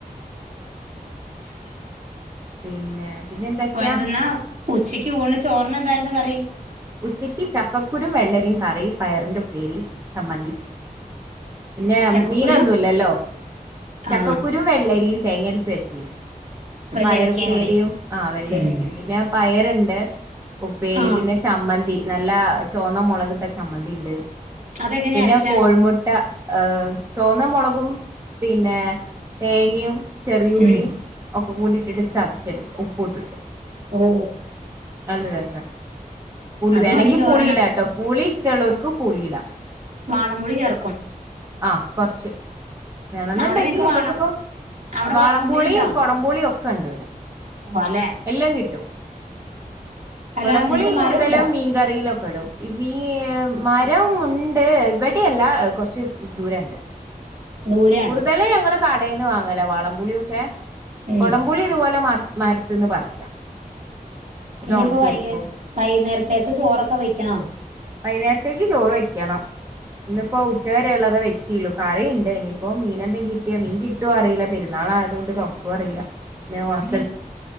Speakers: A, on the right; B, on the right.
A: <unintelligible>
B: പിന്നെ പിന്നെ എന്തൊക്കെയാ
A: വേണ്ടുന്ന ഉച്ചക്ക് ഊണ് ചോർന്ന് എന്തായിരുന്നു കറി
B: ഉച്ചയ്ക്ക് ചക്കക്കുരു വെള്ളരിയും കറി പയറിന്റെ ഉപേരി ചമ്മന്തി പിന്നെ
A: ചക്കക്കുരും
B: മീനൊന്നുല്ലല്ലോ ചക്കക്കുരും
A: ആ
B: വെള്ളരിയും തേങ്ങരച്ച് വെചീന്നു
A: വെള്ളരിക്കയും
B: പയറുപ്പേരിയും
A: കൂടി
B: ആ വെള്ള
A: ഉം
B: രിക്കി പിന്നെ പയറു ണ് ഉപ്പേരി
A: ആ
B: പിന്നെ ചമ്മന്തി നല്ല ചുവന്ന മുളകിട്ട ചമ്മന്തിണ്ട്.
A: അതെങ്ങനെ
B: പിന്നെ
A: അരച്ച
B: കോഴിമുട്ട ഏ ചുവന്ന മുള ഓ പിന്നെ തേങ്ങയും ചെറിയുള്ളിയും
A: ഉം
B: ഒ ഉപ്പ കൂടിയിട്ടിട്ട് ചതച്ചെടുക്ക ഉപ്പ് ഇട്ടിട്ട്.
A: ഓ
B: നല്ല രസ. പുളി
A: അത്
B: വേണങ്കി
A: മതി ചോറുണ്ണാൻ
B: പുളി ഇടാട്ടോ, പുളി ഇഷ്ടമുള്ളവർക്ക് പുളിയിടാം.
A: വാളംപുളി ചേർക്കും.
B: ആ കൊറച്ച്. വേണെന്നുണ്ടെങ്കിൽ
A: അവിടെ നിങ്ങക്ക്
B: ഇമക്കിപ്പ
A: വാളം അവിടെ
B: വാളംപുളിയും
A: വാളംപുളി ഉണ്ടോ
B: കുടംപുളിയും ഒക്കെ ഉണ്ടിവിടെ.
A: അല്ലെ
B: എല്ലാം കിട്ടും.
A: അല്ല
B: കൊടംപുളി
A: നിങ്ങക്ക്
B: കൂടുതലും
A: മരം ഉണ്ടോ
B: മീൻകറിയിലൊ ഒ ക്കെയിടും. <unintelligible> <unintelligible> ഉണ്ട് ഇവിടെല്ല കുറച്ച് ദൂര ഇണ്ട്
A: ദൂരെയാണ്
B: കൂടുതൽ ഞങ്ങൾ കടേന്ന് വാങ്ങലാ വാളംപുളിയൊക്കെ
A: ഉം
B: കൊടംപുളി ഇതുപോലെ മാ മരത്ത്ന്ന് പറിക്കാം. എന്നിട്ട്
A: ഇനിയിപ്പ
B: ഒണക്കിയെടുക്കും
A: വൈക വൈകുന്നേര ത്തേക്ക് ചോറൊക്കെ വെക്കണോ?
B: വൈന്നേരത്തേക്ക് ചോറ് വെക്കണം ന്ന് പ്പോ ഉച്ചവരെ ഉള്ളതെ വെച്ചീള്ളൂ. കറീണ്ട് ഇനിയിപ്പോ മീനെന്തേ കിട്ടിയാ മീൻ കിട്ടോ അറിയില്ല പെരുന്നാൾ ആയതോണ്ട് തുറക്കോ അറീല്ല പിന്നെ ഉണക്